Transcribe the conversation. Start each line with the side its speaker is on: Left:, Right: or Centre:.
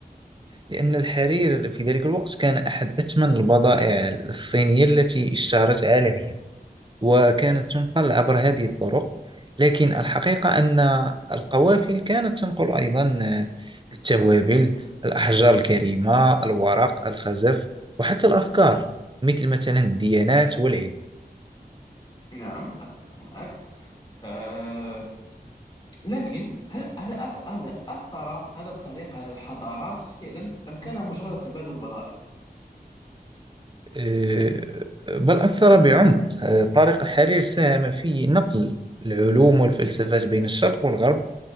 Right: لأن الحرير في ذلك الوقت كان أحد أثمن البضائع الصينية التي اشتهرت عالميا وكانت تنقل عبر هذه الطرق لكن الحقيقة أن القوافل كانت تنقل أيضا التوابل الأحجار الكريمة الورق الخزف وحتى الأفكار مثل مثلا الديانات والعلم
Left: نعم أتفق معك أه لكن هل هل أث- هل أثر هذا الطريق على الحضارات فعلا أم كان مجرد تبادل بضائع
Right: أه، بل أثر بعمق أه، طريق الحرير ساهم في نقل العلوم والفلسفات بين الشرق والغرب